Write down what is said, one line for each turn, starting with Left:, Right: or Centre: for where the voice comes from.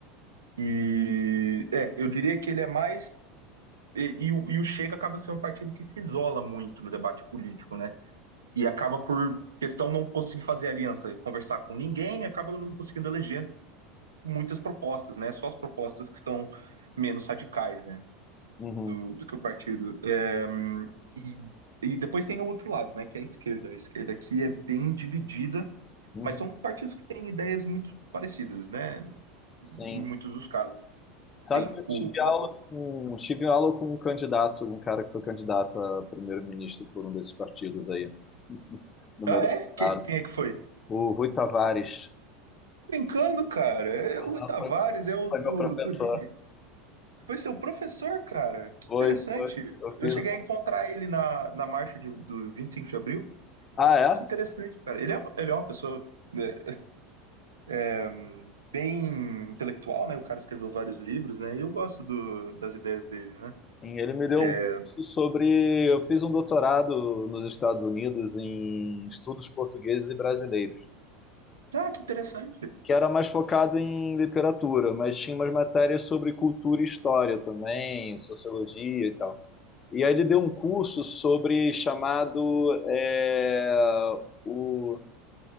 Right: e, é, eu diria que ele é mais e, e o e o Chega acaba sendo um partido que se isola muito no debate político, né? E acaba por questão não conseguir fazer aliança, conversar com ninguém, acaba não conseguindo eleger muitas propostas, né? Só as propostas que são menos radicais, né?
Left: Uhum,
Right: Do, do que o partido. É, e, e depois tem o outro lado, né? Que é a esquerda. A esquerda aqui é bem dividida,
Left: uhum.
Right: mas são partidos que têm ideias muito parecidas, né?
Left: Sim.
Right: Em muitos dos casos.
Left: Sabe
Right: Tem
Left: que eu tive
Right: o Bloco.
Left: aula com, tive aula com um candidato, um cara que foi candidato a primeiro-ministro por um desses partidos aí, no
Right: Ah,
Left: meu doutorado.
Right: é? Quem, quem é que foi?
Left: O Rui Tavares.
Right: Brincando, cara. É
Left: Ah,
Right: o Rui Tavares é o
Left: Foi meu
Right: do,
Left: professor.
Right: do Livre. Foi seu professor, cara. Que
Left: Foi,
Right: interessante.
Left: foi. Eu
Right: Eu
Left: fiz
Right: cheguei
Left: um...
Right: a encontrar ele na, na marcha de, do 25 de abril.
Left: Ah, é?
Right: Que interessante, cara. Ele é, ele é uma pessoa né, é, bem intelectual, né? O cara escreveu vários livros, né? E eu gosto do, das ideias dele, né?
Left: Sim, Ele me deu
Right: É,
Left: um curso sobre... Eu fiz um doutorado nos Estados Unidos em estudos portugueses e brasileiros,
Right: Ah, que interessante.
Left: que era mais focado em literatura, mas tinha umas matérias sobre cultura e história também, sociologia e tal. E aí ele deu um curso sobre chamado é, o